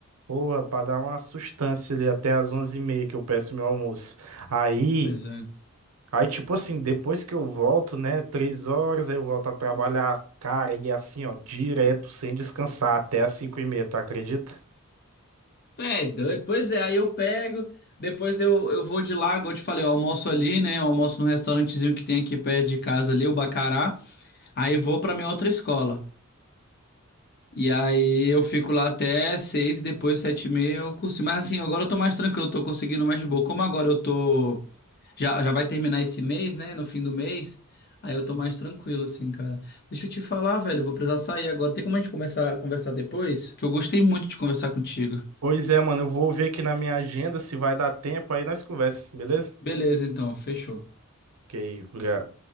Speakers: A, on the right; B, on the left.
A: porra, pra dar uma sustância ali até às onze e meia que eu peço meu almoço. Aí.
B: Pois é.
A: Aí, tipo assim, depois que eu volto, né, três horas, aí eu volto a trabalhar, cara, e assim, ó, direto, sem descansar, até às cinco e meia, tu acredita?
B: É, doido. Pois é, aí eu pego, depois eu, eu vou de lá, igual eu te falei, eu almoço ali, né? Eu almoço num restaurantezinho que tem aqui perto de casa ali, o Bacará. Aí vou pra minha outra escola. E aí eu fico lá até seis, depois sete e meia eu consigo. Mas assim, agora eu tô mais tranquilo, eu tô conseguindo mais de boa. Como agora eu tô. Já, já vai terminar esse mês, né? No fim do mês. Aí eu tô mais tranquilo, assim, cara. Deixa eu te falar, velho, eu vou precisar sair agora. Tem como a gente começar a conversar depois? Que eu gostei muito de conversar contigo.
A: Pois é, mano, eu vou ver aqui na minha agenda se vai dar tempo, aí nós conversamos, beleza?
B: Beleza, então, fechou.
A: Ok, obrigado.